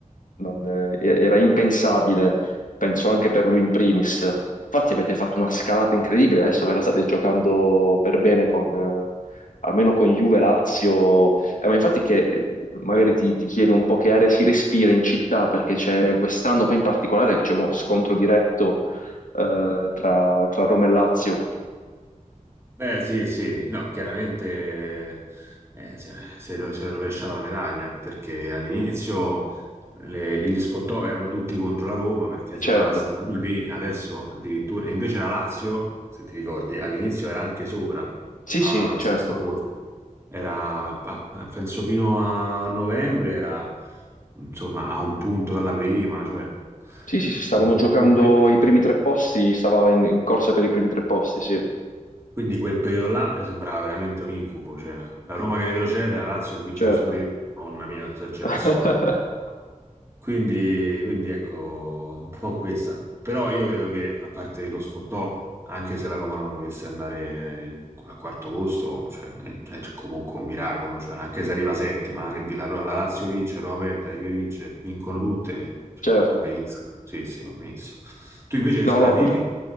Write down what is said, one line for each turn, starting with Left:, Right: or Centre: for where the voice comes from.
Left: non, eh, era impensabile, penso anche per lui in primis. Infatti avete fatto una scalata incredibile, adesso ve la state giocando per bene con, eh, almeno con Juve, Lazio. Eh, ma infatti che eh, magari ti, ti chiedo un po' che aria si respira in città, perché c'è quest'anno poi in particolare che c'è uno scontro diretto eh, tra, tra Roma e Lazio.
Right: Beh, sì, sì, no, chiaramente eh, si è, si è ro- si è rovesciata la medaglia perché all'inizio le- gli sfottò erano tutti contro la Roma perché
Left: Eh,
Right: sembrava
Left: Certo,
Right: stiano lì, lì, adesso addirittura, e invece la Lazio, se ti ricordi, all'inizio era anche sopra
Left: sì
Right: al
Left: sì, certo.
Right: sesto posto, era a- a- penso fino a novembre, era insomma a un punto dalla prima, cioè
Left: Sì, sì, sì, stavano
Right: in quel,
Left: giocando
Right: in quel-
Left: i primi tre posti, stava in, in corsa per i primi tre posti, sì,
Right: quindi quel periodo là sembrava veramente un incubo, cioè la Roma che retrocede, la Lazio che vince
Left: certo.
Right: lo scudetto, madonna mia, esagerazione.
Left: <laughs>
Right: Quindi, quindi ecco, un po' questa. Però io credo che, a parte lo sfottò, anche se la Roma non dovesse andare eh, a quarto posto, cioè, è, è comunque un miracolo, cioè, anche se arriva settima, che la, la Lazio vince, la Roma perde, la Juve vince, vincono tutte, cioè,
Left: Certo.
Right: va benissimo. Sì, sì, va benissimo. Tu invece
Left: No,
Right: che scuola
Left: no,
Right: tifi?
Left: per-